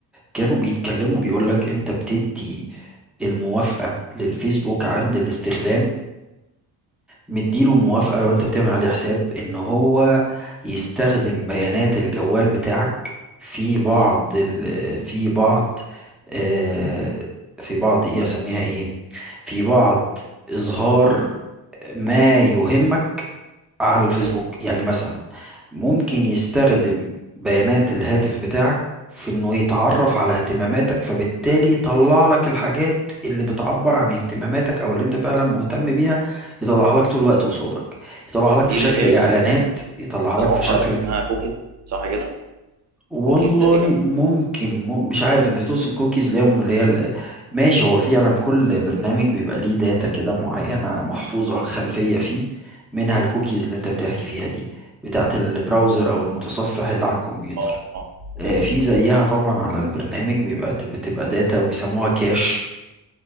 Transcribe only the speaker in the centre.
كانوا بيتكلموا بيقول لك انت بتدي الموافقة للفيسبوك عند الاستخدام مديله موافقة لو انت بتعمل عليه حساب ان هو يستخدم بيانات الجوال بتاعك في بعض
ال في بعض آه في بعض ايه اسميها ايه في بعض اظهار ما يهمك على الفيسبوك
يعني مثلا ممكن يستخدم بيانات الهاتف بتاعك في انه يتعرف على اهتماماتك فبالتالي يطلع لك الحاجات اللي بتعبر عن اهتماماتك او اللي انت فعلا مهتم بيها يطلعها لك طول الوقت قصادك يطلعها لك
في شكل
اعلانات
يطلعها
لك في شكل
والله
ممكن مم... مش عارف انت تقصد كوكيز اللي هي اللي هي ال- ماشي هو فعلا كل برنامج بيبقى ليه داتا كده معينة محفوظة خلفية فيه منها الكوكيز اللي انت بتحكي فيها دي بتاعت البراوزر او المتصفح اللي على الكمبيوتر
آه،
في
زيها طبعا على البرنامج بيبقى بتبقى داتا وبيسموها كاش